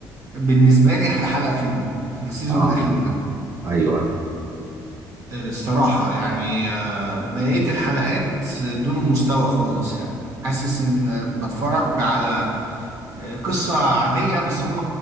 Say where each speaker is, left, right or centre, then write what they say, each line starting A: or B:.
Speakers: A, on the right; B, on the right.
A: بالنسبة لي أحلى حلقة فيهم في السيزون
B: اه
A: الأخير ده
B: ايوه ايوه
A: آه، الصراحة يعني آه، بقية الحلقات دون المستوى خالص يعني حاسس إن بتفرج على قصة عادية بس هم